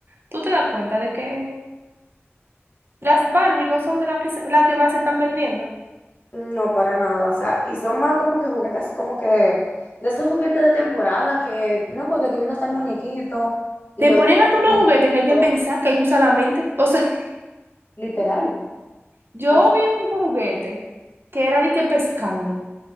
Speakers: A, on the right; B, on the left.
A: tú te das cuenta de que las Barbie no son de las que, se- la que más se están vendiendo.
B: No, para nada. O sea, y son más como que juguetes así como que de, de esos juguetes de temporada que, no, porque estoy viendo tal muñequito y
A: Te
B: le
A: ponen
B: veo tal
A: a todos los
B: muñequito,
A: juguetes que hay que pensar, que hay que usar la mente. O sea, <laughs>
B: literal.
A: yo
B: Ah,
A: vi un juguete que era de que pescando.